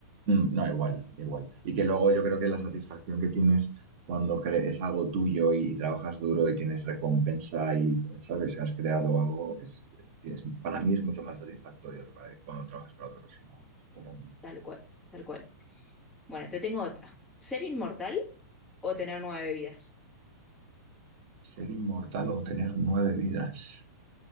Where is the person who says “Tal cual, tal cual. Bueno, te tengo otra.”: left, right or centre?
Centre